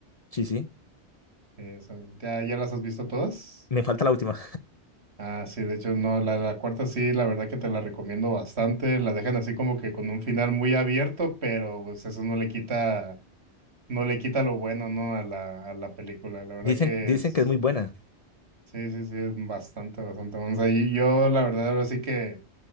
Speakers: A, on the left; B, on the right.
A: Sí, sí.
B: eh, son- ¿ya, ya las has visto todas?
A: Me falta la última.
B: Ah, sí, de hecho, no, la, la cuarta sí, la verdad que te la recomiendo bastante. La dejan así como que con un final muy abierto, pero pues eso no le quita, no le quita lo bueno, ¿no? A la, a la película. La verdad
A: Dicen,
B: que
A: dicen
B: es.
A: que es muy buena.
B: Sí, sí, sí, es bastante, bastante. bueno. O sea, y yo la verdad ahora sí que